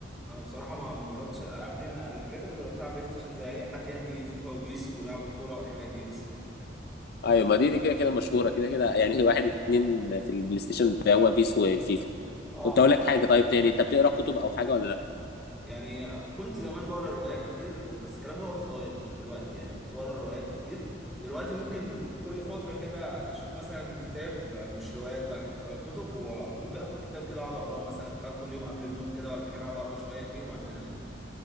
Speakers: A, in the centre; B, on the left (about 60°).
A: انا بصراحه ما ما جربتش الالعاب دي انا الحاجات اللي جربتها على بلاي ستيشن زي اي حد يعني فيفا وبيس ولعب الكوره والحاجات دي بس
B: ايوه ما دي دي كده كده مشهوره كده كده يعني <laughs> واحد اتنين في البلاي ستيشن بتاع هو بيس والفيفا
A: اه
B: كنت
A: حتى
B: اقول لك حاجه طيب تاني انت بتقرا كتب او حاجه ولا لا
A: يعني كنت زمان بقرا روايات كتير بس الكلام ده وانا صغير مش دلوقتي يعني كنت بقرا روايات كتير دلوقتي ممكن كل فترة كده اشوف مثلا كتاب مش روايات بقى كت- كتب وممكن اخد كتاب كده اقعد اقراه مثلا فاهم كل يوم قبل النوم كده ولا حاجة اقعد اقرا شوية فيه وبعدين انام